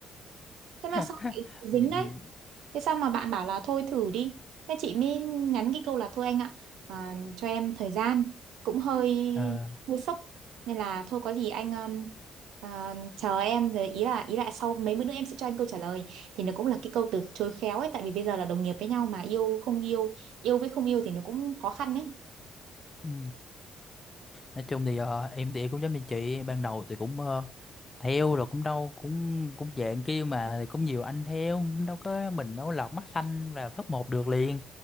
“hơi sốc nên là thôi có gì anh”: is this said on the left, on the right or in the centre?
Right